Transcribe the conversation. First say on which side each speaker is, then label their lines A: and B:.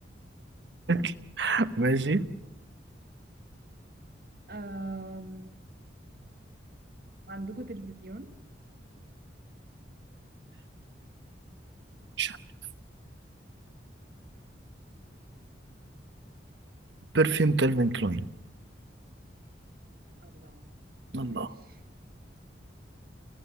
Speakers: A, on the right; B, on the right.
A: <laughs> ماشي
B: آم... عندكم تلفزيون
A: مش عارف. برفيوم كالفين كلاين
B: الله
A: الله
B: ماشي